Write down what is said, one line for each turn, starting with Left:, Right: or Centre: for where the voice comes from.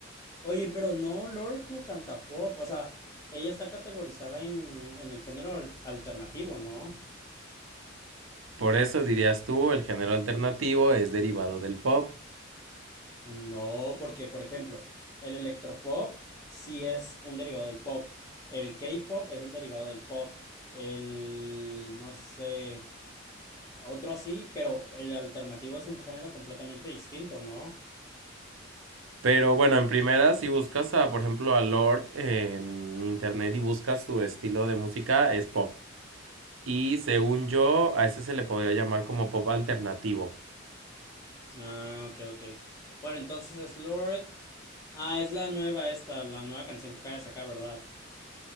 Left: Oye, pero no, Lord no canta pop. O sea, ella está categorizada en, en el género alternativo, ¿no?
Right: Por eso dirías tú, el género alternativo es derivado del pop.
Left: No, porque, por ejemplo, el electropop sí es un derivado del pop. El K-pop es un derivado del pop. El, no sé, otro así, pero el alternativo es un género completamente distinto, ¿no?
Right: Pero bueno, en primera, si buscas a, por ejemplo, a Lord en internet y buscas su estilo de música, es pop. Y según yo, a ese se le podría llamar como pop alternativo.
Left: Ah, ok, ok. Bueno, entonces es Lord. Ah, es la nueva esta, la nueva canción que acaba de sacar, ¿verdad?